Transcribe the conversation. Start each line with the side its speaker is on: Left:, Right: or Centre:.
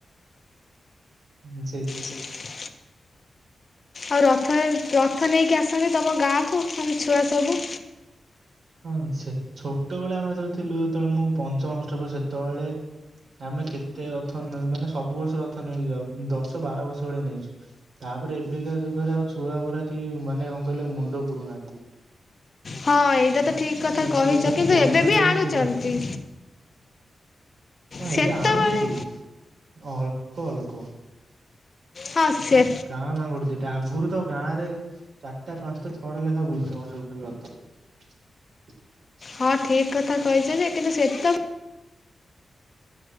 Right: ହୁଁ ସେଇଥ ପାଇଁ।
Left: <unintelligible> ଆଉ ରଥ ରେ ରଥ ନେଇକି ଆସନ୍ତି ତମ ଗାଁକୁ ତମେ ଛୁଆ ସବୁ?
Right: ହଁ ସେ ଛୋଟବେଳେ ଆମେ ଯେତେବେଳେ ଥିଲୁ ଯେତେବେଳେ ମୁଁ ପଞ୍ଚମ ଷଷ୍ଠ ପଢ଼ୁଥିଲି ସେତେବେଳେ ଆମେ କେତେ ରଥ ମାନେ ସବୁ ବର୍ଷ ରଥ ନେଇକି ଯାଉ ଦଶ ବାର ବର୍ଷ ଭେଳିଆ ନେଇଛୁ। ତାପରେ ଏବେକା ଯୁଗରେ ଆଉ ଛୁଆ ଗୁରା କେହି ମାନେ କଣ କହିଲେ ମୁଣ୍ଡ ପୁରଉ ନାହାନ୍ତି।
Left: ହଁ ଏଇଟା ତ ଠିକ୍ କଥା
Right: ସିଏ
Left: କହିଛ
Right: କିଏ ସବୁ
Left: କିନ୍ତୁ
Right: ଫୋନ
Left: ଏବେ
Right: ପାଇଲାଠୁ
Left: ବି ଆଣୁଛନ୍ତି।
Right: ସିଏ ଗଲା ହଁ
Left: ସେତେବେଳେ
Right: ଏବେ ଆଣୁଛନ୍ତି ଅଳ୍ପ ଲୋକ।
Left: ହଁ ସେ
Right: କାଁ ଭା ଗୋଟେ ଦିଇଟା ଆଗରୁ ତ ଗାଁ ରେ ଚାରିଟା, ପାଞ୍ଚଟା, ଛଅଟା ଲେଖାଁ ବୁଲଥବ ସବୁ ଖାଲି ରଥ। <inaudible>
Left: ହଁ ଠିକ୍ କଥା କହିଛ ଯେ କିନ୍ତୁ ସେତେ